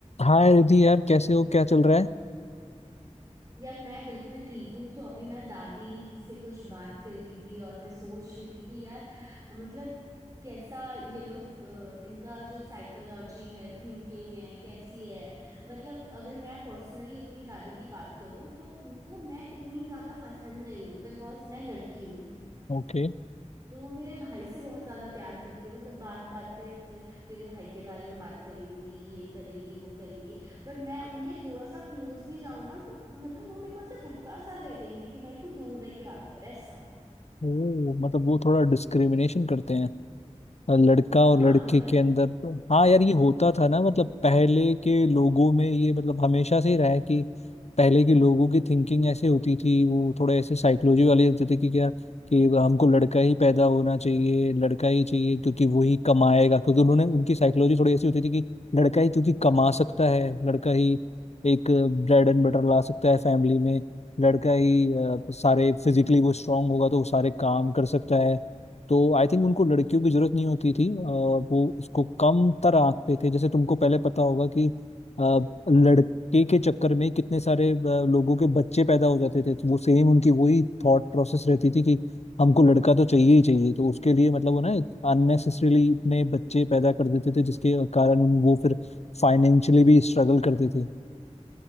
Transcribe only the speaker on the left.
हाय रिधि यार कैसे हो क्या चल रहा है
ओके
ओ मतलब वो थोड़ा डिस्क्रिमिनेशन करते हैं लड़का और
लड़के
के अंदर हाँ यार ये होता था ना मतलब पहले के लोगों में ये मतलब हमेशा से ही रहा है कि पहले के लोगों की थिंकिंग ऐसे होती थी वो थोड़े ऐसे साइकोलॉजी वाले होते थे कि क्या कि हमको लड़का ही पैदा होना चाहिए लड़का ही चाहिए क्योंकि वो ही कमाएगा क्योंकि उन्होंने उनकी साइकोलॉजी थोड़ी ऐसी होती थी कि लड़का ही क्योंकि कमा सकता है लड़का ही एक ब्रेड एंड बटर ला सकता है फैमिली में लड़का ही अ, सारे फिजिकली वो स्ट्रांग होगा तो वो सारे काम कर सकता है तो आई थिंक उनको लड़कियों की जरूरत नहीं होती थी अ, वो उसको कम तर आंकते थे जैसे तुमको पहले पता होगा कि अ, लड़के के चक्कर में कितने सारे अ, लोगों के बच्चे पैदा हो जाते थे तो वो सेम उनकी वही थॉट प्रोसेस रहती थी कि हमको लड़का तो चाहिए ही चाहिए तो उसके लिए मतलब वो ना अननेसेसरीली इतने बच्चे पैदा कर देते थे जिसके कारण उन वो फिर फाइनेंशियली भी स्ट्रगल करते थे